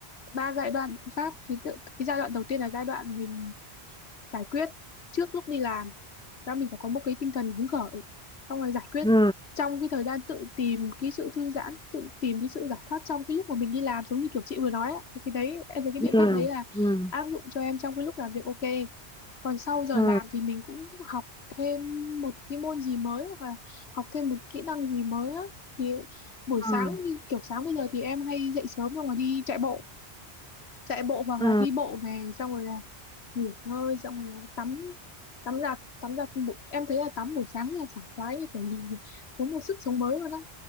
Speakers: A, on the left; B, in the centre.
A: ba giai đoạn biện pháp thì tự, cái giai đoạn đầu tiên là giai đoạn mình giải quyết trước lúc đi làm và mình phải có một cái tinh thần hứng khởi xong rồi giải quyết
B: ừ
A: trong cái thời gian tự tìm cái sự thư giãn tự tìm cái sự giải thoát trong cái lúc mà mình đi làm giống như kiểu chị vừa nói ạ thì cái đấy em thấy cái
B: ừ
A: biện pháp đấy là
B: ừ
A: áp dụng cho em trong cái lúc làm việc ok còn sau giờ
B: ừ
A: làm thì mình cũng học thêm một cái môn gì mới hoặc là học thêm một kỹ năng gì mới á thì buổi
B: ừ
A: sáng như kiểu sáng bây giờ thì em hay dậy sớm xong rồi đi chạy bộ chạy bộ hoặc
B: ừ
A: là đi bộ về xong rồi là nghỉ ngơi xong rồi là tắm tắm giặt tắm giặt buổi- em thấy là tắm buổi sáng là sảng khoái như kiểu nhìn có một sức sống mới luôn á